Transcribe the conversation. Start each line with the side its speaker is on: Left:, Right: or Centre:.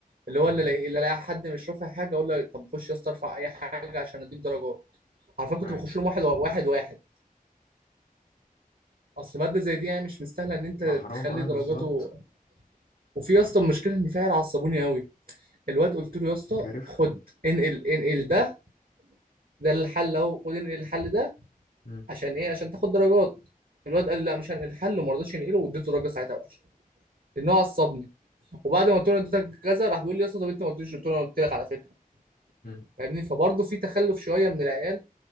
Right: اللي هو
Left: مم.
Right: اللي لاقي اللي لاقي حد مش رافع حاجه اقول له طب خش يا اسطى ارفع اي حاجه عشان اديك درجات عارفين كنت
Left: أيوة
Right: بخش لهم واحد واحد واحد اصل ماده زي دي يعني مش مستاهله ان انت
Left: ما
Right: تخلي
Left: حرام أه
Right: درجاته
Left: بالظبط
Right: وفي يا اسطى المشكله ان في عيال عصبوني قوي الواد قلت له يا اسطى
Left: كارف
Right: خد انقل انقل ده ده الحل اهو خد انقل الحل ده
Left: مم.
Right: عشان ايه عشان تاخد درجات الواد قال لي لا مش هنقل الحل وما رضاش ينقله واديته درجه ساعتها وحشه لان هو عصبني وبعد ما قلت له اديتك كذا راح بيقول لي يا اسطى طب انت ما قلتليش قلت له انا قلت لك على فكره
Left: مم.
Right: فاهمني فبرضه في تخلف شويه من العيال